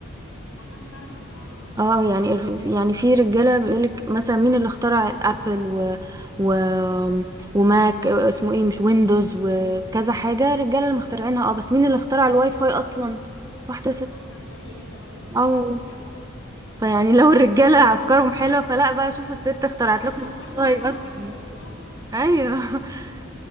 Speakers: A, on the left (about 75°); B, on the right (about 15°).
A: ما كنتش اعرف دي خالص
B: اه يعني يعني في رجاله بيقولك مثلا مين اللي اخترع ابل و و وماك اسمه ايه مش ويندوز وكذا حاجه رجاله اللي مخترعينها اه بس مين اللي اخترع الواي فاي اصلا واحده ست
A: ما تخسريش انا ما كنتش
B: اه
A: اعرف دي بجد
B: فيعني لو الرجالة أفكارهم حلوة فلا بقى شوفوا الست اخترعت
A: لا احنا
B: لكم
A: افكارنا
B: والله
A: احلى على
B: أصلا
A: فكره بالظبط
B: أيوه <laughs>